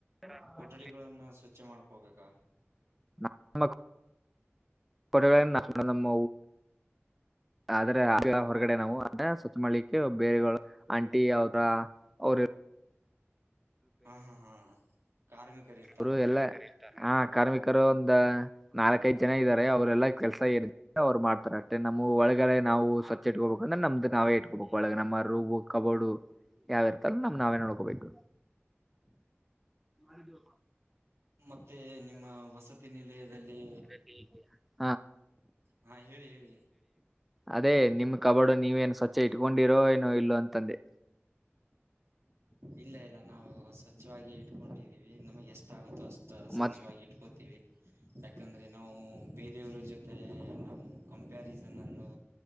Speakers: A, in the centre; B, on the right.
A: ಇಟ್ಟಿದ್ದಾರೆ
B: ಕೊಠಡಿಗಳನ್ನ ಸ್ವಚ್ಛ ಮಾಡ್ಕೋಬೇಕ.
A: ನ <unintelligible> ಕೊಟಡೆಗಳನ್ನ ನಾ ನಮ್ಮ ಆದ್ರೆ ಹೊರಗಡೆ ನಾವು ಅಂದ ಸ್ವಚ್ ಮಾಡ್ಲಿಕ್ಕೆ ಬೇರೆ ಆಂಟಿ ಅವ್ರ ಅವರು ಇ
B: ಹಾ ಹಾ ಹಾ ಕಾರ್ಮಿಕರು ಇರ್ತಾರಾ
A: ಅವರು ಎಲ್ಲಾ ಹಾ ಕಾರ್ಮಿಕರು ಒಂದಾ ನಾಲ್ಕೈದ್ ಜನ ಇದ್ದಾರೆ ಅವರೆಲ್ಲ ಕೆಲಸ ಇರುತ್ತೆ ಅವರು ಮಾಡ್ತಾರೆ ಅಷ್ಟೆ ನಮ್ಮ ಒಳಗಡೆ ನಾವು ಸ್ವಾ ಟ್ಕೋಬೇಕು ನಮ್ದು ನಾವೇ ಇಟ್ಕೊಬೇಕು. ಒಳಗ ನಮ್ಮ ರೂಮೂ ಕಬೋಡು ಯಾವ ಇರ್ತಲ್ಲ ನಮ್ ನಾವೇ ನೋಡ್ಕೋಬೇಕು. ಅದು
B: ಮತ್ತೆ ನಿಮ್ಮ ವಸತಿ ನಿಲಯದಲ್ಲಿ
A: <unintelligible>
B: ಹಾ ಹೇಳಿ ಹೇಳಿ
A: ಅದೇ ನಿಮ್ ಕಬೊಡು ನೀವೇನು ಸ್ವಚ್ಛ ಇಟ್ಕೊಂಡಿರೋ ಏನೋ ಇಲ್ಲೋ ಅಂತಂದೆ.
B: ಇಲ್ಲ ಇಲ್ಲ ನಾವು ಸ್ವಚ್ಛವಾಗಿ ಇಟ್ಕೊಂಡಿದ್ದೀವಿ ನಮ್ಗೆ ಎಷ್ಟು ಆಗುತ್ತೋ ಅಷ್ಟು ಸ್ವಚ್
A: ಮತ್
B: ಚವಾಗಿ ಇಟ್ಕೋತೀವಿ ಯಾಕಂದ್ರೆ ನಾವು ಬೇರೆಯವರ ಜೊತೆ ನಾವು ಕಂಪ್ಯಾರಿಸನ್ ಅನ್ನು